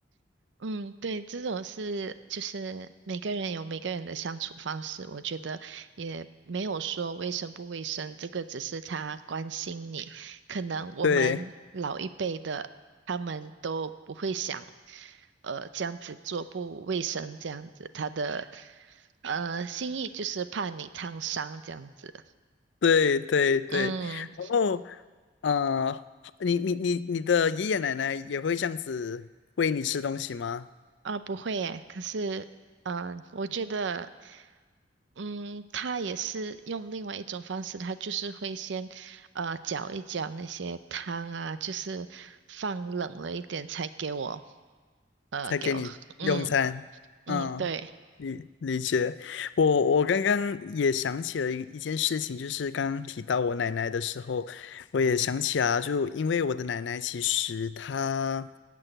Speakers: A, on the right (about 75°); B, on the left (about 75°).
A: 嗯，对，这种是就是每个人有每个人的相处方式，我觉得也没有说卫生不卫生，这个只是他关心你。可能我们老一辈的他们都不会想，
B: 对。
A: 呃，这样子做不卫生，这样子他的呃心意就是怕你烫伤这样子。
B: 对对对，
A: 嗯，
B: 然后呃，你你你你的爷爷奶奶也会这样子喂你吃东西吗？
A: 啊，不会诶，可是嗯、呃我觉得。嗯，他也是用另外一种方式，他就是会先呃搅一搅那些汤啊，就是放冷了一点才给我呃给我喝嗯
B: 才给你用餐？
A: 嗯对，
B: 嗯，理理解。我我刚刚也想起了一一件事情，就是刚刚提到我奶奶的时候，我也想起啊，就因为我的奶奶其实她。